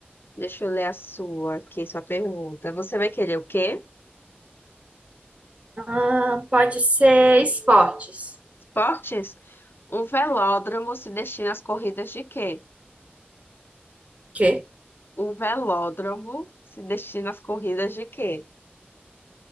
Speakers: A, on the left (about 65°); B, on the right (about 35°).
A: deixa eu ler a sua aqui, sua pergunta. Você vai querer o quê?
B: Ahn, pode ser esportes.
A: Esportes? Um velódromo se destina às corridas de quê?
B: Quê?
A: Um velódromo se destina às corridas de quê?